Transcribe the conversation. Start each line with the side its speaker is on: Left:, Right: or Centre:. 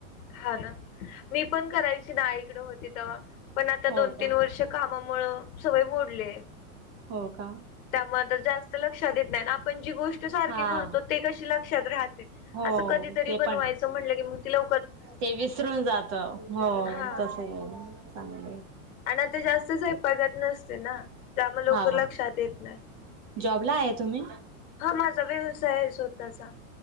Left: हा ना मी पण करायची नाआई कड होती तेव्हा पण आता
Right: हो
Left: दोन
Right: का
Left: तीन वर्ष कामामुळे सवय मोडले.
Right: हो का.
Left: त्यामुळे तर जास्त लक्षात येत नाही आपण जी गोष्ट सारखी
Right: हा
Left: करतो ते कशी लक्षात राहते.
Right: हो
Left: असं कधीतरी
Right: ते
Left: बनवायचं
Right: पण आहे
Left: म्हटलं की मग तिला
Right: ते विसरून जात हो
Left: हा
Right: तस ये चांगलंय.
Left: आणि आता जास्त स्वयंपाकात नसते ना त्यामुळे लवकर
Right: हा
Left: लक्षात येत नाही.
Right: जॉबला आहे तुम्ही?
Left: हा माझा व्यवसाय आहे स्वतःचा.